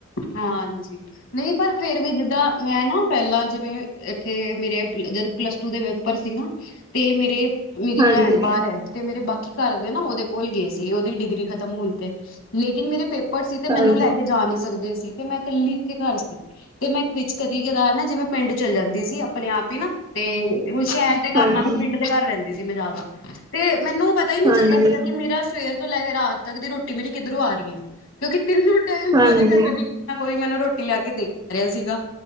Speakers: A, on the left; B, on the right.
A: ਹਾਂਜੀ। ਨਹੀਂ ਪਰ ਫਿਰ ਵੀ ਜਿੱਦਾਂ, ਮੈਂ ਨਾ ਪਹਿਲਾਂ ਜਿਵੇਂ, ਇੱਥੇ ਮੇਰੇ ਜਦ ਪਲੱਸ-ਟੂ ਦੇ ਪਰ ਸੀ ਨਾ, ਤੇ ਮੇਰੇ, ਮੇਰੀ
B: ਹਾਂਜੀ
A: ਭੈਣ ਬਾਹਰ ਐ ਤੇ ਮੇਰੇ ਬਾਕੀ ਘਰਦੇ ਨਾ ਉਹਦੇ ਕੋਲ ਗਏ ਸੀ, ਉਹਦੀ ਡਿਗਰੀ ਖਤਮ ਹੋਈ ਤੇ, ਲੇਕਿਨ ਮੇਰੇ ਪੇਪ ਪਰ ਸੀ ਤੇ ਮੈਨੂੰ
B: ਹਾਂਜੀ
A: ਲੈਕੇ ਜਾ ਨਹੀਂ ਸਕਦੇ ਸੀ, ਤੇ ਮੈਂ ਇਕੱਲੀ ਇੱਥੇ ਘਰ ਸੀ ਤੇ ਮੈਂ ਵਿੱਚ ਕਦੀ-ਕਦਾਰ ਨਾ ਜਿਵੇਂ ਪਿੰਡ ਚੱਲ ਜਾਂਦੀ ਸੀ ਨਾ, ਅਪਣੇ-ਆਪ ਹੀ ਨਾ ਤੇ ਉਹ ਸ਼ਹਿਰ ਦੇ ਘਰ
B: ਹਾਂਜੀ
A: ਨਾਲੋ ਪਿੰਡ ਦੇ ਘਰ ਰਹਿੰਦੀ ਸੀ ਮੈਂ ਜ਼ਿਆਦਾ, ਤੇ ਮੈਨੂੰ ਪ ਪਤਾ ਹੀ ਨਹੀਂ
B: ਹਾਂਜੀ
A: ਚੱਲਦਾ ਸੀਗਾ, ਕਿ ਮੇਰਾ ਸਵੇਰ ਤੋਂ ਲੈਕੇ ਰਾਤ ਤੱਕ ਦੀ ਰ੍ਹੋਟੀ ਮੇਰੀ ਕਿੱਧਰੋਂ ਆ ਰਹੀ ਏ, ਕਿਉਂਕਿ ਤਿੰਨੋ ਟਾ ਟਾਇਮ,
B: ਹਾਂਜੀ
A: ਕਦੀ ਨਾ ਕਦੀ, ਕੋਈ ਮੈਨੂੰ ਰ੍ਹੋਟੀ ਲੈਕੇ ਦੇ ਰਿਹਾ ਸੀਗਾ,